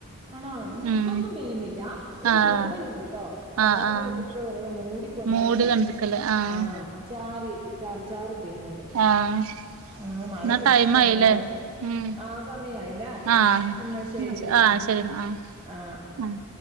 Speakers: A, on the right (about 25°); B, on the right (about 65°).
A: ആണാ ഇന്നാ
B: ഉം
A: ഇപ്പൊന്നും പെയ്യുന്നില്ല ഒരു
B: ആഹ്
A: മൂടലുണ്ട്ട്ടോ രാവിലെ
B: ആഹ് ആഹ്
A: തൊട്ട് ഇപ്പ വരെ മൂടി കൊണ്ട
B: മൂടി
A: പക്ഷെ
B: കണ്ടിക്കല് ആഹ്
A: ആ ചാറി ചാ ചാറി പെയ്യുന്നുണ്ട്
B: ആഹ്
A: ആ മഴ
B: എന്നാ
A: പിടിച്ചില്ലേ
B: ടൈം ആയില്ലേ
A: നല്ലവണം
B: ഉം
A: ആ സമയായില്ലേ
B: ആഹ്
A: എന്നാ ശരി എന്നാ
B: ആഹ് ശരി എന്നാ ആഹ്
A: ആ
B: ആഹ്